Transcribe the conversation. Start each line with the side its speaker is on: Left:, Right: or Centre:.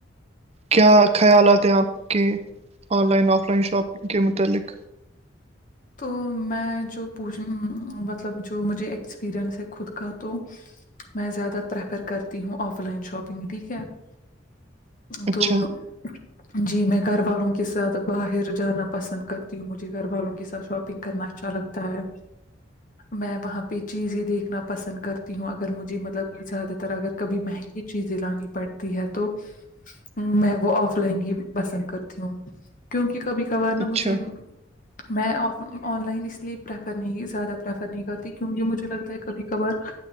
Right: کیا خیالات ہیں آپ کے online offline shopping کے متعلق
Left: تو میں جو پوچھ مطلب جو مجھے ایکسپییرئنس ہے خود کا تو میں زیادہ پریفر کرتی ہوں آف لائن شاپنگ ٹھیک ہے <unintelligible> <unintelligible>
Right: اچھا
Left: جی میں گھر والوں کے ساتھ باہر جانا پسند کرتی ہوں مجھے گھر والوں کے ساتھ شاپنگ کرنا اچھا لگتا ہے میں وہاں پہ چیزیں دیکھنا پسند کرتی ہوں اگر مجھے مطلب زیادہ تر اگر کبھی مہنگی چیزیں لانی پڑتی ہے تو میں وہ آف لائن ہی پسند کرتی ہوں کیونکہ کبھی کبھار نا
Right: اچھا
Left: مجھے میں آن لائن اس لیے پریفر نہیں زیادہ پریفر نہیں کرتی کیونکہ مجھے لگتا ہے کبھی کبھار